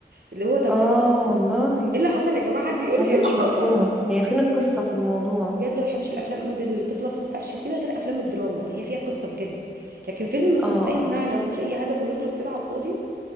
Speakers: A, on the right; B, in the centre.
A: اللي هو طب
B: اه
A: ايه إيه
B: والله
A: اللي حصل يا جماعه حد يقول
B: حاجه
A: لي ايه اللي
B: مش مفهومه
A: حصل
B: هي فين القصه في الموضوع
A: بجد انا ما بحبش الافلام ابدا اللي تخلص قفش كده غير افلام الدراما اللي هي فيها قصه بجد لكن فيلم ما فيهوش
B: اه
A: اي
B: اه
A: معنى ما فيهوش اي هدف ويخلص كده على الفاضي